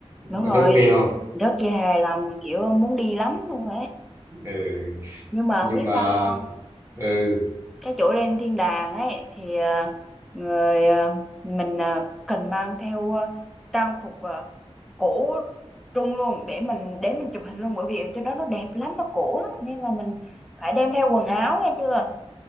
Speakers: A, in the centre; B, on the right.
A: đúng
B: Bà
A: rồi
B: thấy ok không?
A: rất là hài lòng kiểu muốn đi lắm luôn ấy
B: Ừ.
A: nhưng mà
B: Nhưng
A: không biết
B: mà
A: sao không
B: ừ,
A: cái chỗ lên thiên đàng ấy thì à, người à, mình à, cần mang theo à, trang phục à, cổ trung luôn để mình để mình chụp hình luôn bởi vì chỗ đó nó đẹp lắm nó cổ lắm nên là mình phải đem theo quần áo nghe chưa